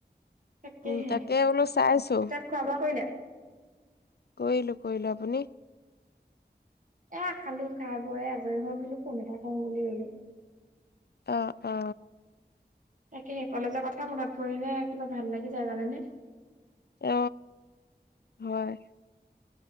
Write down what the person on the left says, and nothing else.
উম তাকে বোলো চাইছো
কৰিলোঁ কৰিলোঁ আপুনি
অ অ
অ হয়